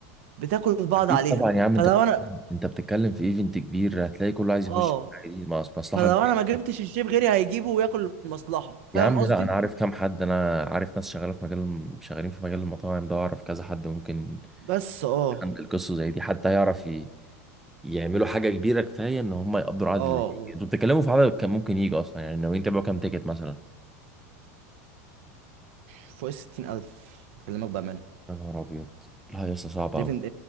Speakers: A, on the right (about 55°); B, in the centre.
A: بتاكل بعض
B: اكيد
A: عليها
B: طبعا يا عم
A: فلو
B: انت بتتكلم
A: انا
B: انت بتتكلم في ايفنت كبير هتلاقي كله عايز يخش
A: اه
B: في الحاجه دي مص- مصلحه
A: فلو
B: كبيره
A: انا ما جبتش الشيف غيري هيجيبه وياكل المصلحه فاهم
B: يا عم
A: قصدي
B: لا انا عارف كام حد انا عارف ناس شغاله في مجال شغالين في مجال المطاعم ده اعرف كذا حد ممكن
A: بس اه
B: عند القصه زي دي حتى يعرف ي... يعملوا حاجه كبيره كفايه ان هم يقدروا العدد
A: اه
B: اللي
A: آه.
B: هيجي انتوا بتتكلموا في عدد كان ممكن يجي اصلا يعني ناويين تعملوا كام تيكت مثلا
A: فوق 60000 بكلمك بأمانة
B: يا نهار ابيض لا يا اسطى صعبه
A: ايفنت
B: قوي